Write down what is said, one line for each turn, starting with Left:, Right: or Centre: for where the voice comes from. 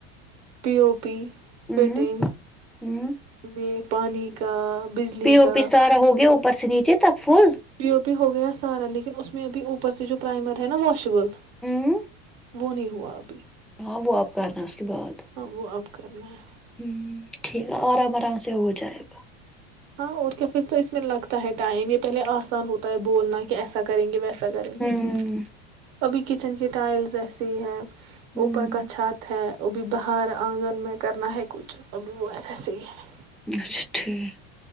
Right: پی او پی
Centre: ہوں
Right: فٹنگ
Centre: ہوں
Right: یہ <unintelligible> پانی کا <unintelligible>
Centre: پی او
Right: کا
Centre: پی سارا ہو گیا <unintelligible> پرسنیچے تک <inaudible> فل <inaudible>
Right: پی او ہو گیا سارا لیکن اس میں اب اوپر سے جو پرائمر ہے نا واشیبل <unintelligible>
Centre: ہوں <inaudible>
Right: وہ نہیں ہوا ابھی <unintelligible>
Centre: ہاں وہ آپ کرنا اس کے بعد <unintelligible>
Right: ہاں وہ اب کرنا <inaudible>
Centre: ہ ٹھیک ہے اورام آرام سے ہو جائے گا <unintelligible>
Right: ہاں اور کیا پھر تو اس میں لگتا ہے ٹائم یہ پہلے آسان ہوتا ہے بولنا کہ ایسا کریں گے ویسا <unintelligible> پ کریں گے
Centre: ہوں
Right: <inaudible> ابھی کچن کی ٹائلز ایسسی ہی ہیں <unintelligible>
Centre: ہوں
Right: اوپر کا چھات ہے <unintelligible> وہ بھیھی باہر آنگن میں کرنا ہے کچھ ابھی ویرہسح ہی ہے <unintelligible>
Centre: اچھا ٹھیک <unintelligible>